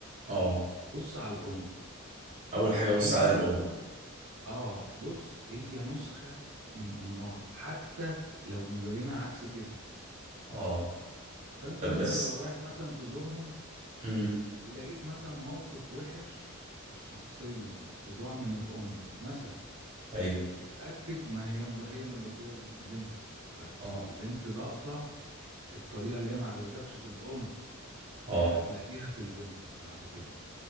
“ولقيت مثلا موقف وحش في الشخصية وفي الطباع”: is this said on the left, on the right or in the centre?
Right